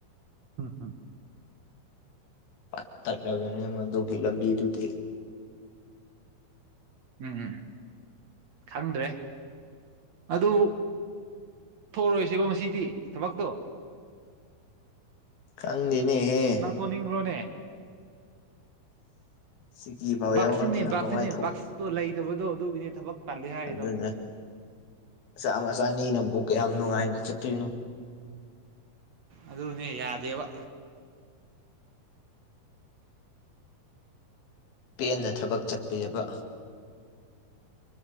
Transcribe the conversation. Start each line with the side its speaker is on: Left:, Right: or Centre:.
Right: ꯎꯝ ꯊꯝ <inaudible>
Left: ꯄꯠ ꯇꯠꯂꯕꯅꯦ ꯃꯗꯨꯒꯤ ꯂꯝꯕꯤꯗꯨꯗꯤ꯫
Right: ꯎꯝ ꯎꯝ ꯈꯪꯗ꯭ꯔꯦ ꯑꯗꯨ ꯊꯣꯛꯔꯣꯏꯁꯤꯀꯣ ꯉꯁꯤꯗꯤ ꯊꯕꯛꯇꯣ꯫
Left: ꯈꯪꯗꯦꯅꯦꯍꯦ
Right: ꯅꯪ ꯊꯣꯛꯅꯤꯡꯕ꯭ꯔꯣꯅꯦ꯫
Left: ꯁꯤꯀꯤ ꯐꯥꯎ ꯌꯥꯎꯅꯗꯅ
Right: ꯕꯛꯁꯤꯅꯦ ꯕꯥꯛꯁꯤꯅꯦ
Left: ꯀꯃꯥꯏꯅ
Right: ꯕꯁꯇꯣ ꯂꯩꯇꯕꯗꯣ ꯑꯗꯨꯒꯤꯅꯦ ꯊꯕꯛ ꯇꯜꯂꯦ ꯍꯥꯏꯔꯤꯗꯣ
Left: ꯑꯗꯨꯅꯦ ꯃꯆꯥ ꯃꯆꯥꯅꯤꯅꯕꯨ ꯀꯌꯥꯝ ꯅꯨꯡꯉꯥꯏꯅ ꯆꯠꯇꯣꯏꯅꯣ꯫
Right: ꯑꯗꯨꯅꯦ ꯌꯥꯗꯦꯕ꯫
Left: ꯄꯦꯟꯅ ꯊꯕꯛ ꯆꯠꯄꯤꯕ